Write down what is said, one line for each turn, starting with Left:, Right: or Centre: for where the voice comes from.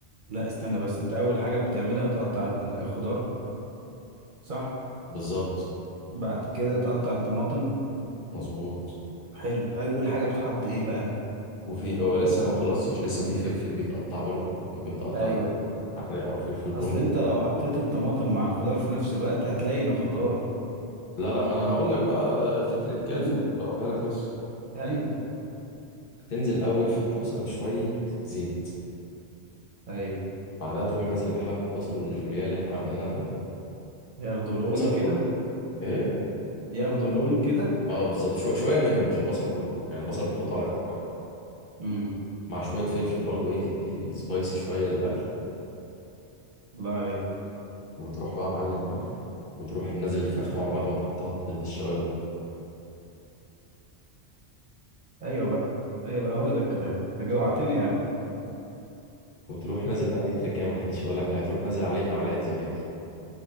Right: لا استنى بس انت اول حاجه بتعملها بتقطع الخضار صح
Left: بالظبط
Right: بعد كده تقطع الطماطم
Left: مظبوط
Right: حلو اول حاجه بتحط ايه بقى
Left: وفي هو لسه ما خلصتش لسه في فلفل بيتقطع برضو ممكن تقطع
Right: ايوه
Left: فلفل حراق او فلفل رومي
Right: اصل انت لو حطيت الطماطم مع الخضار في نفس الوقت هتلين الخضار
Left: لا لا ما انا هقول لك بقى ده في تريكات
Right: امم
Left: في الخطة اقولها لك لسه
Right: ايوه
Left: هتنزل اول في الطاسة بشوية زيت
Right: ايوه
Left: بعدها تروح نازل بحبة بصل الجوليان اللي احنا عملناه ده
Right: ياخدوا لون
Left: البصل
Right: كده
Left: كله ايه
Right: ياخدوا لون كده
Left: اه بالظبط شوية شوية منهم مش البصل كله يعني البصل بنحطه على كذا مرة
Right: امم
Left: مع شوية فلفل برضو ايه تدي سبايسي شوية للاكل
Right: الله عليك
Left: وتروح بقى معلي النار وتروح نازل الفراخ طبعا بعد ما تقطعها في الشاورما
Right: ايوه بقى ايوه بقى هو ده الكلام انت
Left: بالظبط
Right: جوعتني يا عم
Left: وت- وتروح نازل بقى دي تركية ما حدش يقول لك عليها تروح نازل عليه بمعلقة زبادي